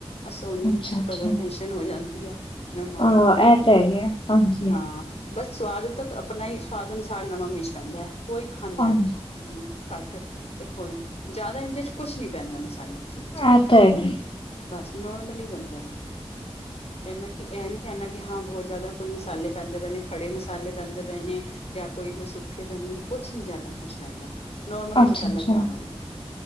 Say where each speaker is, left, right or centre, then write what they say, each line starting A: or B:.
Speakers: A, on the left (about 75°); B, on the left (about 55°).
A: ਅ ਸੋਹਣੀ
B: ਅੱਛਾ-ਅੱਛਾ,
A: ਪਰੇਜ਼ੇਂਟੇਸ਼ਨ ਹੋ ਜਾਂਦੀ ਆ। ਮੈਂ ਮਨ
B: ਹਾਂ
A: ਬਣੋਨਾ ਹੁੰਦਾ
B: ਇਹ ਤਾਂ ਹੈਗੇ ਆ, ਹਾਂਜੀ।
A: ਬਸ ਸਵਾਦ ਤਾਂ ਆਪਣਾ ਹੀ ਸਵਾਦ ਅਨੁਸਾਰ ਨਮਕ ਮਿਰਚ ਪੈਂਦਾ ਹੈ ਕੋਈ ਖਾਂਦਾ
B: ਹਾਂਜੀ,
A: ਹੈ। ਹੂ ਘੱਟ ਦੇਖੋ ਜੀ ਜਿਆਦਾ ਇਹਦੇ ਚ ਕੁਝ ਨੀ ਪੈਂਦਾ ਮਸਾਲੇ ਮਸੇ ਲੋੜ ਨੀ
B: ਐ
A: ਜ਼ਿਆਦਾ
B: ਤਾਂ ਹੈਗੇ।
A: ਬਸ ਨੋਰਮਲ ਹੀ ਬਣਦਾ ਐ। ਐਨਾ ਕਿ ਇਹ ਨੂੰ ਐਨਾ ਕਿ ਹਾਂ ਬਹੁਤ ਜ਼ਿਆਦਾ ਕੋਈ ਮਸਾਲੇ ਪੈਂਦੇ ਪਏ ਨੇ ਖੜੇ ਮਸਾਲੇ ਪੈਂਦੇ ਪਏ ਨੇ। ਜਾਂ ਕੋਈ ਕੋਈ ਸੁੱਕੇ ਧਨੀ ਕੁਝ ਨੀ ਜਿਆਦਾ ਕੁਛ ਪੈਂਦਾ ਨੋਰਮਲੀ
B: ਅੱਛਾ-ਅੱਛਾ,
A: ਮਸਾਲਾ ਤਿਆਰ ਹੁੰਦਾ ਐ।